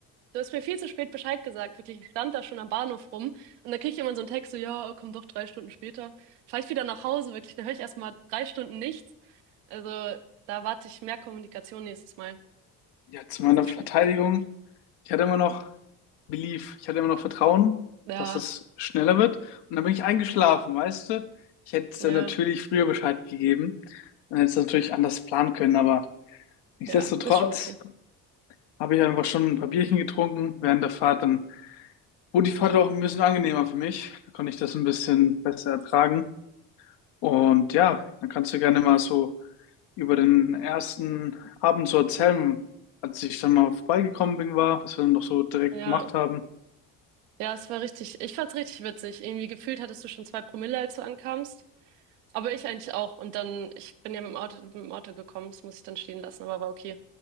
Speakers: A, on the right (about 75°); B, on the left (about 60°).
A: du hast mir viel zu spät Bescheid gesagt, wirklich. Ich stand da schon am Bahnhof rum und da krieg ich immer so einen Text, so, ja, komm doch drei Stunden später. Fahr ich wieder nach Hause, wirklich. Dann höre ich erstmal drei Stunden nichts. Also da warte ich mehr Kommunikation nächstes Mal.
B: ja, zu meiner
A: Das ist nicht
B: Verteidigung,
A: schlimm.
B: ich hatte immer noch Belief, ich hatte immer noch Vertrauen,
A: Ja,
B: dass es schneller wird. Und dann bin ich eingeschlafen, weißt du? Ich hätte es
A: ja,
B: dann natürlich früher Bescheid gegeben. Dann hätte es natürlich anders planen können, aber nichtsdestotrotz
A: ja, ist schon okay.
B: habe ich einfach schon ein paar Bierchen getrunken während der Fahrt. Dann Gut, die Fahrt war auch ein bisschen angenehmer für mich. Da konnte ich das ein bisschen besser ertragen. Und ja, dann kannst du gerne mal so über den ersten Abend so erzählen, als ich dann mal vorbeigekommen bin, war, was wir dann noch so direkt
A: Ja,
B: gemacht haben.
A: ja, es war richtig. Ich fand's richtig witzig. Irgendwie gefühlt hattest du schon zwei Promille, als du ankamst. Aber ich eigentlich auch. Und dann, ich bin ja mit dem Auto, mit dem Auto gekommen, das muss ich dann stehen lassen, aber war okay.